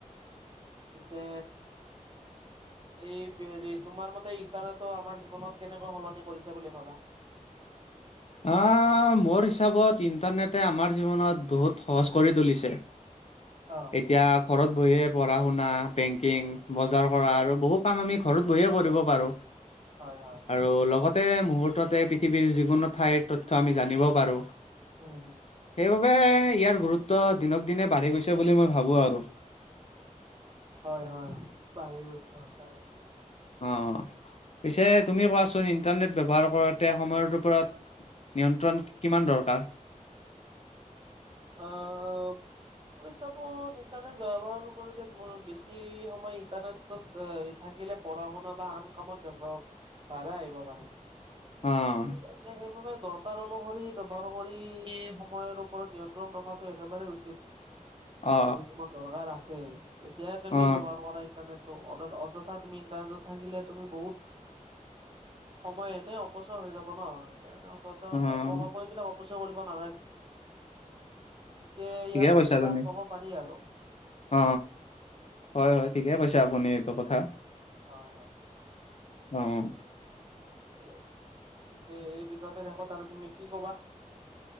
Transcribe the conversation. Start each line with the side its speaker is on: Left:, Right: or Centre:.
Right: পিছে এই হেৰি তোমাৰ মতে ইণ্টাৰনেটৰ আমাৰ জীৱনত কেনেকৈ সলনি কৰিছে বুলি ভাবা?
Left: আহ মোৰ হিচাপত ইণ্টাৰনেটে আমাৰ জীৱনত বহুত সহজ কৰি তুলিছে। <inaudible>
Right: অ
Left: এতিয়া ঘৰত বহিয়ে পঢ়া শুনা বেংকিং বজাৰ কৰা আৰু বহু কাম আমি ঘৰত বহিয়ে কৰিব পাৰো।
Right: হয় হয় হয়
Left: আৰু লগতে মূহুৰ্ততে পৃথিৱীৰ যিকোনো ঠাইৰ তথ্য আমি জানিব পাৰো
Right: উম হুম
Left: সেইবাবে ইয়াৰ গুৰুত্ব দিনক দিনে বাঢ়ি গৈছে বুলি মই ভাবো আৰু
Right: হয় হয় হয় পাহৰি গৈছো সঁচাকে
Left: অ পিছে তুমি কোৱাচোন ইণ্টাৰনেট ব্যৱহাৰ কৰোতে সময়ৰ ওপৰত নিয়ন্ত্ৰণ কিমান দৰকাৰ
Right: অহ আপুনি চাব ইণ্টাৰনেট ব্যৱহাৰ কৰোতে মোৰ বেছি সময় ইণ্টাৰনেটত থাকিলে পঢ়া-শুনা বা আন কামত ব্যৱহাৰ বাধা আহিব পাৰে।
Left: অ
Right: আপুনি সেইবাবে দৰকাৰ অনুসৰি ব্যৱহাৰ কৰি সময়ৰ ওপৰত নিয়ন্ত্ৰণ ৰখাটো একেবাৰে উচিত
Left: অ
Right: যদি তোমাৰ দৰকাৰ আছে তেতিয়াহে তুমি
Left: অ
Right: ব্যৱহাৰ কৰা ইণ্টাৰনেট। ত অযথা তুমি ইটাৰনেটত থাকিলে তুমি বহুত সময় এনে অ পচয় হৈ যাব ন সেইকাৰণে অন্তত
Left: অ
Right: অপ সময় বিলাক অপচয় কৰিব নালাগে তেতিয়াহে
Left: ঠিকে
Right: ইয়াৰ সঠিক
Left: কৈছা তুমি
Right: লাভ পাব পাৰি আৰু
Left: অ হয় হয় ঠিকে কৈছে আপুনি এইটো কথা
Right: হয় হয়
Left: অ
Right: যে পিছে এই বিষয়টোৰ শেষত আৰু তুমি কি ক'বা?